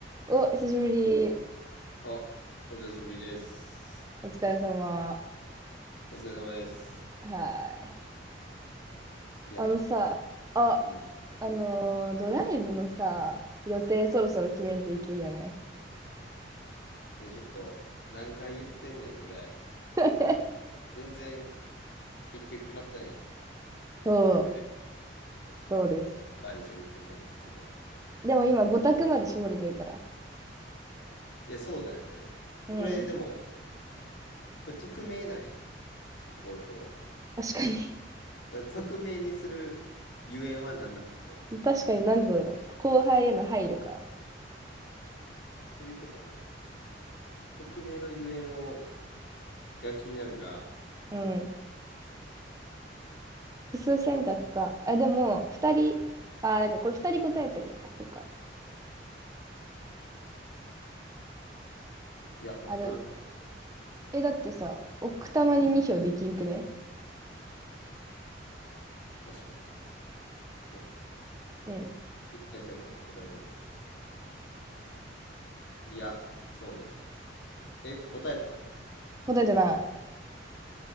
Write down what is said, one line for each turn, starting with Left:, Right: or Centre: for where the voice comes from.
Right: お、久しぶり。
Left: あ、お久しぶりです。
Right: お疲れ様。
Left: お疲れ様です。
Right: はい。
Left: いや、
Right: あのさ、あ、
Left: うん。
Right: あのードライブのさ、予定そろそろ決めんといけんよね。
Left: いや、ちょっと、何回言ってんねんぐらい、
Right: <laughs>
Left: 全然結局決まってない
Right: そう、
Left: というね、
Right: そうです。
Left: やばい状況なんですけど。
Right: でも今、5択まで絞れてるから。
Left: いや、そうだよね。
Right: うん。
Left: これ、でも、これ匿名なんやな、この投票。
Right: 確かに
Left: 匿名にするゆえんは何なのかな
Right: <laughs> 確かになんでだろう。後輩への配慮か。
Left: そういうこと匿名のゆえんを、が気になるが、
Right: うん。複数選択か。
Left: そうか。
Right: あ、でも、2人、あ、だからこれ2人答えてるのか。そっか。
Left: いや、わからんくない
Right: あれ、え、だってさ、奥多摩に2票できんくね
Left: 確かに。そうか。
Right: うん。
Left: 絶対最後答えとるんか。いや、そうね。えっと、答えた
Right: 答えてない。